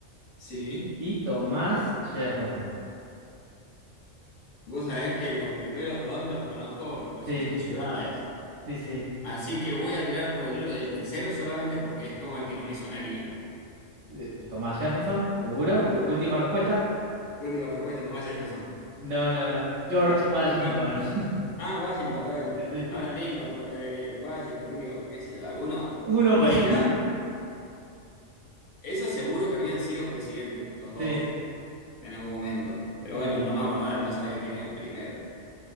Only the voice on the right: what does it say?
y
Thomas Jefferson.
Sí,
sí, sí.
De- Thomas Jefferson, seguro.
Última respuesta.
No, no, no. George
Washington.
<laughs>
Sí, sí.
Uno
fue.
<laughs>
Sí,
sí.